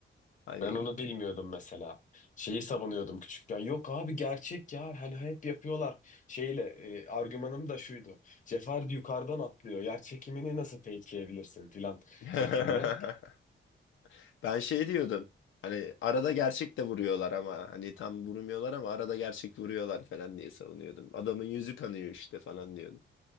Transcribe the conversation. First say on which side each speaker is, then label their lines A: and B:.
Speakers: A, on the left; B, on the left.
A: Hani
B: ben onu bilmiyordum mesela. Şeyi savunuyordum küçükken. Yok abi gerçek ya. Hani hep yapıyorlar. Şeyle e, argümanım da şuydu. Cefer yukarıdan atlıyor. Yer çekimini nasıl fakeleyebilirsin filan
A: <laughs>
B: şeklinde.
A: Ben şey diyordum. Hani arada gerçek de vuruyorlar ama hani tam vurmuyorlar ama arada gerçek vuruyorlar falan diye savunuyordum. Adamın yüzü kanıyor işte falan diyordum.